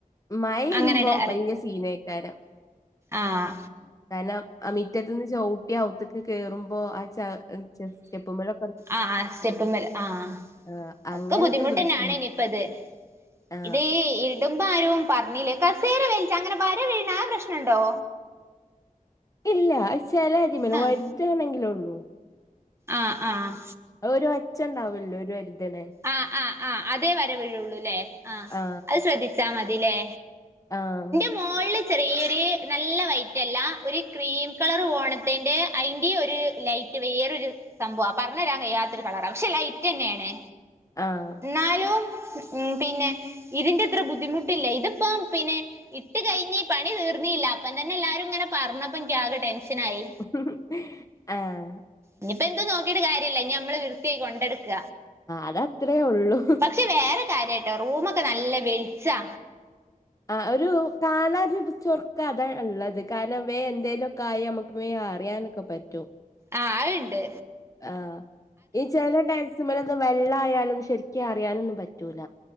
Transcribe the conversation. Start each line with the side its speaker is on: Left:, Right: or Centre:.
Left: മയരുമ്പോ
Right: അങ്ങനെട്
Left: ഭയങ്കര സീനേക്കാരം
Right: ആഹ്‌
Left: കാരണം ആ മിറ്റത്ത്ന്ന് ചവിട്ടി അവ്ത്ത്ക്ക് കേറുമ്പോ ആ ച ചെസ് സ്റ്റെപ്പുമ്മല്
Right: ആഹ്‌ ആഹ് സ്റ്റെപ്പ്മല് ആഹ്
Left: ആ അങ്ങനൊക്കെ
Right: ‌ഒക്കെ ബുദ്ധിമുട്ടന്നാണെനിപ്പത്
Left: ഒരു പ്രശ്നം ആ
Right: ഇത് ഈ ഇ ഇടുമ്പാരവും പറഞ്ഞില്ല കസേര വലിച്ച അങ്ങനെ വര വീണാ ആ പ്രശ്നണ്ടോ
Left: ഇല്ല ചെലതിമല്
Right: ആഹ്
Left: ഒരതാണെങ്കിലുള്ളൂ
Right: ആഹ് ആഹ്‌
Left: ഒരൊച്ചണ്ടാവല്ലോ ഒരരുതെണെ
Right: ആഹ് ആഹ് ആഹ് അതേ വര വീഴുള്ളൂലേ ആഹ്
Left: ആ
Right: അത് ശ്രദ്ധിച്ചാ മതിലേ
Left: ആഹ്‌
Right: മോൾള് ചെറിയൊരു നല്ല വൈറ്റല്ല ഒരു ക്രീം കളർ വോണത്തിന്റെ അയിന്റൊരു ലൈറ്റ് വേറൊരു സംഭവ പറഞ്ഞരാൻ കയ്യാത്തൊരു കളറാ ക്ഷെ ലൈറ്റന്നാണ്
Left: ആഹ്‌
Right: എന്നാലും ഉം പിന്നെ ഇതിന്റെത്ര ബുദ്ധിമുട്ടില്ല ഇതിപ്പ പിന്നെ ഇട്ട് കയിഞ്ഞ് പണി തീർന്നില്ല അപ്പം തന്നെ എല്ലാരും ങ്ങനെ പറഞ്ഞപ്പൊ ഇൻക്കാകെ ടെൻഷനായി
Left: ഉഹ് ‌ ഏഹ്‌
Right: ഇനിപ്പോ എന്ത് നോക്കിയിട്ട് കാര്യല്ല ഇനിമ്മള് വൃത്തിയായി കൊണ്ടട്ക്ക
Left: അതത്രേയുള്ളൂ
Right: പക്ഷെ വേറെ കാര്യാട്ടോ റൂമൊക്കെ നല്ല വെളിച്ചാ
Left: ആ ഒരു കാണാ ജി പ് ചൊർക്കതാ ള്ളത് കാരണം വേന്തെേലൊക്കെ ആയ നമക്ക് വേ അറിയാനൊക്കെ പറ്റും
Right: ആഹ് ആണ്ട്
Left: ആഹ്‌ ഈ ചെല ടൈൽസ്മല് വെള്ളായാലും ശരിക്കറിയാനൊന്നും പറ്റൂല